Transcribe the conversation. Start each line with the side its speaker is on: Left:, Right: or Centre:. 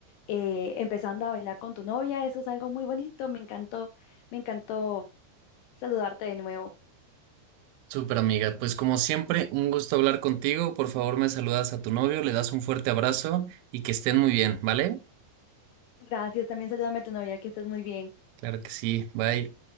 Left: eh, empezando a bailar con tu novia, eso es algo muy bonito. Me encantó, me encantó saludarte de nuevo.
Right: Súper amiga, pues como siempre, un gusto hablar contigo. Por favor, me saludas a tu novio, le das un fuerte abrazo y que estén muy bien, ¿vale?
Left: Gracias, también salúdame a tu novia, que estés muy bien.
Right: Claro que sí, bye.